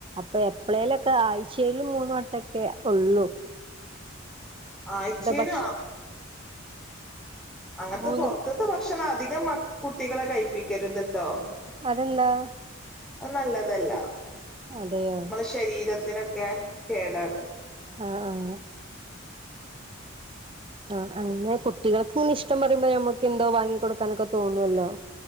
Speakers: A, on the right; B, in the centre.
A: അപ്പ എപ്പളേലൊക്കെ ആഴ്ചേൽ മൂന്ന് വട്ടൊക്കെ ഉള്ളു
B: ആഴ്ച്ചേലാ
A: ഭക്ഷ
B: അങ്ങനത്തെ
A: മൂന്ന്
B: പൊറത്തത്തെ ഭക്ഷണം അധികം മ കുട്ടികളെ കഴിപ്പിക്കരുത്ട്ടോ
A: അതെന്താ
B: അത് നല്ലതല്ല
A: അതേയോ
B: നമ്മളെ ശരീരത്തിനൊക്കെ കേടാണ്
A: ആ ആ ആ അങ്ങനെ കുട്ടികൾക്ക് ഇഷ്ടം പറയുമ്പോ ഞമ്മക്ക് എന്തോ വാങ്ങി കൊടുക്കാനൊക്കെ തോന്നുവല്ലോ